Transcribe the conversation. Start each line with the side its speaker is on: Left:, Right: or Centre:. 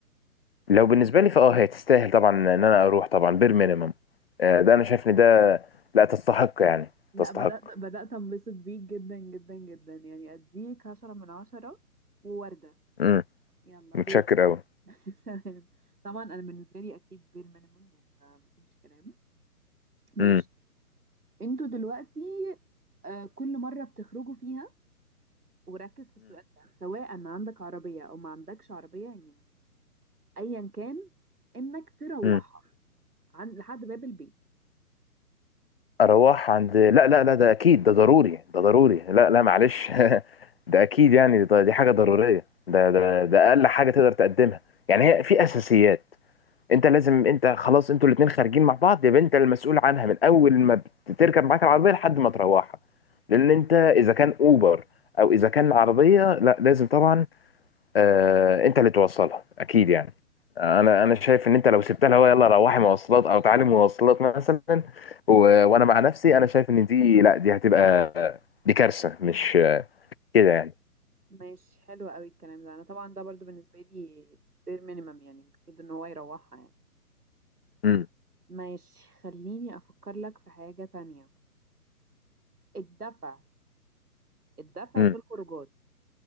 Left: لو بالنسبة لي فأه هي تستاهل طبعا إن أنا أروح طبعا بير مينيمم أه ده أنا شايف إن ده لا تستحق يعني
Right: لا
Left: تستحق
Right: بدأت بدأت انبسط بيك جدا جدا جدا يعني اديك عشرة من عشرة ووردة
Left: امم
Right: يلا
Left: متشكر
Right: غيره
Left: أوي
Right: <laughs> طبعا انا بالنسبة لي اكيد بير مينيمم يعني ما ما فيش كلام ماشي
Left: امم
Right: انتوا دلوقتي آه، كل مرة بتخرجوا فيها وركز في السؤال ده سواء ما عندك عربية او ما عندكش عربية يعني ايا كان انك تروحها
Left: امم
Right: عن لحد باب البيت
Left: اروح عند لا لا لا ده اكيد ده ضروري ده ضروري لا لا معلش <laughs> ده اكيد يعني ده دي حاجه ضروريه ده ده ده اقل حاجه تقدر تقدمها يعني هي في اساسيات انت لازم انت خلاص انتوا الاتنين خارجين مع بعض يبقى انت المسؤول عنها من اول ما بتركب معاك العربيه لحد ما تروحها لان انت اذا كان اوبر او اذا كان عربيه لا لازم طبعا آه، انت اللي توصلها اكيد يعني انا انا شايف ان انت لو سبتها لها يلا روحي مواصلات او تعالي مواصلات مثلا و... وانا مع نفسي انا شايف ان دي لا دي هتبقى دي كارثه مش كده يعني
Right: ماشي حلو قوي الكلام ده انا طبعا ده برضو بالنسبه لي سبير مينيمم يعني المفروض ان هو يروحها يعني
Left: امم
Right: ماشي خليني افكر لك في حاجه تانية الدفع الدفع
Left: امم
Right: في الخروجات